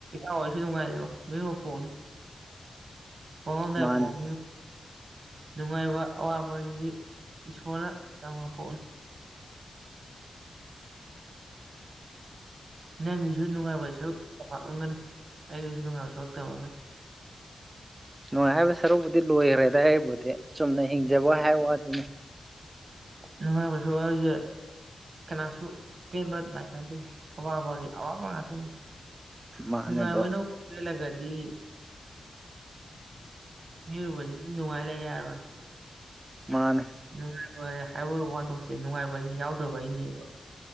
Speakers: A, on the right; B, on the right.
A: ꯍꯣꯏꯁꯨ ꯅꯨꯡꯉꯥꯏꯔꯦꯕ ꯅꯄꯣꯛꯅꯤ ꯄꯉꯝꯗꯦ
B: ꯃꯥꯅꯦ
A: ꯐꯃꯤ
B: ꯃꯥꯅꯦ
A: ꯅꯨꯡꯉꯥꯏꯕ ꯑꯋꯥꯕ ꯑꯗꯨꯗꯤ ꯏꯁꯣꯔꯅ ꯇꯝꯃ ꯄꯣꯅꯤ ꯅꯪꯒꯤꯁꯨ ꯅꯨꯡꯉꯥꯏꯕ ꯁꯔꯨꯛ ꯇꯝꯂꯝꯒꯅꯤ ꯑꯩꯒꯤꯁꯨ ꯅꯨꯡꯉꯥꯏꯕ ꯁꯔꯨꯛ ꯇꯝꯃꯒꯅꯤ
B: ꯅꯨꯡꯉꯥꯏꯕ ꯁꯔꯨꯛꯄꯨꯗꯤ ꯂꯣꯏꯈ꯭ꯔꯦꯗ ꯑꯩꯕꯨꯗꯤ ꯆꯨꯝꯅ ꯍꯤꯡꯖꯕ ꯍꯥꯏꯕ ꯋꯥꯗꯨꯅꯤ
A: ꯅꯨꯡꯉꯥꯏꯕ ꯁꯔꯨꯛ ꯍꯥꯏꯖꯦ ꯀꯅꯥꯁꯨ ꯄꯦꯟꯕ ꯅꯥꯏꯅꯗꯦꯗ ꯑꯋꯥꯕꯒꯤ ꯑꯋꯥꯕ ꯉꯥꯛꯇ
B: ꯃꯥꯅꯦ
A: ꯅꯨꯡꯉꯥꯏꯕꯅ
B: ꯕ꯭ꯔꯣ
A: ꯄꯦꯜꯂꯒꯗꯤ ꯃꯤꯑꯣꯏꯕꯁꯤ ꯑꯗꯨꯝ ꯅꯨꯡꯉꯥꯏ ꯂꯩ ꯌꯥꯔꯕꯅꯤ
B: ꯃꯥꯅꯦ
A: ꯅꯨꯡꯉꯥꯏꯕ ꯍꯥꯏꯕ ꯋꯥꯟꯊꯣꯛꯁꯦ ꯅꯨꯡꯉꯥꯏꯕꯁ ꯌꯥꯎꯗꯕꯩꯅꯦꯕ